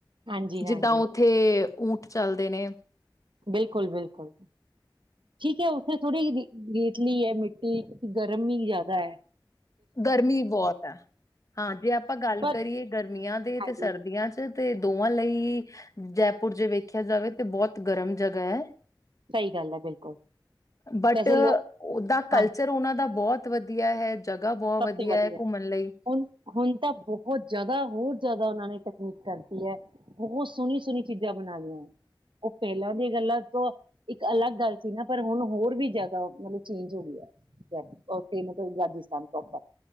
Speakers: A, on the right; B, on the left.
A: ਹਾਂਜੀ
B: ਜਿੱਦਾਂ
A: ਹਾਂਜੀ
B: ਉੱਥੇ ਊਠ ਚੱਲਦੇ ਨੇ
A: ਬਿਲਕੁਲ ਬਿਲਕੁਲ ਠੀਕ ਹੈ ਉੱਥੇ ਥੋੜ੍ਹੀ ਜੀ ਰੇਤਲੀ ਹੈ ਮਿੱਟੀ ਗਰਮੀ ਜ਼ਿਆਦਾ ਹੈ
B: ਗਰਮੀ ਬਹੁਤ ਹੈ ਹਾਂ ਜੇ ਆਪਾਂ ਗੱਲ
A: ਪਰ
B: ਕਰੀਏ ਗਰਮੀਆਂ ਦੇ ਤੇ
A: ਹਾਂਜੀ
B: ਸਰਦੀਆਂ ਚ ਤੇ ਦੋਵਾਂ ਲਈ ਜੈਪੁਰ ਜੇ ਵੇਖਿਆ ਜਾਵੇ ਤੇ ਬਹੁਤ ਗਰਮ ਜਗ੍ਹਾ ਹੈ
A: ਸਹੀ ਗੱਲ ਹੈ ਬਿਲਕੁਲ
B: ਬਟ
A: ਵੈਸੇ ਲੋਕ
B: ਉਹਦਾ ਕਲਚਰ
A: ਹਾਂਜੀ
B: ਉਹਨਾਂ ਦਾ ਬਹੁਤ ਵਧੀਆ ਹੈ ਜਗ੍ਹਾ ਬਹੁਤ
A: ਸਭ ਤੋਂ ਵਧੀਆ
B: ਹੈ ਘੁੰਮਣ ਲਈ।
A: ਹੁਣ ਹੁਣ ਤਾਂ ਬਹੁਤ ਜ਼ਿਆਦਾ ਹੋਰ ਜ਼ਿਆਦਾ ਉਹਨਾਂ ਨੇ ਕ ਕਰਤੀ ਹੈ ਬਹੁਤ ਸੋਹਣੀ ਸੋਹਣੀ ਚੀਜ਼ਾਂ ਬਣਾ ਲਈਆਂ ਉਹ ਪਹਿਲਾਂ ਦੀਆਂ ਗੱਲਾਂ ਤੋਂ ਇੱਕ ਅਲੱਗ ਗੱਲ ਸੀ ਨਾ ਪਰ ਹੁਣ ਹੋਰ ਵੀ ਜ਼ਿਆਦਾ ਮਤਲਬ ਚੇਂਜ ਹੋ ਗਿਆ ਉੱਥੇ ਮਤਲਬ ਰਾਜਸਥਾਨ ਪ੍ਰੋਪਰ